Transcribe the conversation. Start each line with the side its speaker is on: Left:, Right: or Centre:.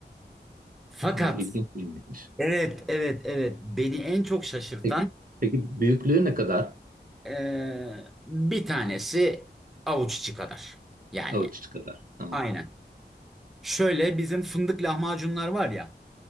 Centre: Fakat
Right: Yani İlginç bir yemekmiş.
Centre: evet evet evet beni en çok şaşırtan
Right: Peki, peki büyüklüğü ne kadar?
Centre: e, bir tanesi avuç içi kadar. Yani
Right: Avuç içi kadar. Tamam.
Centre: aynen. Şöyle bizim fındık lahmacunlar var ya.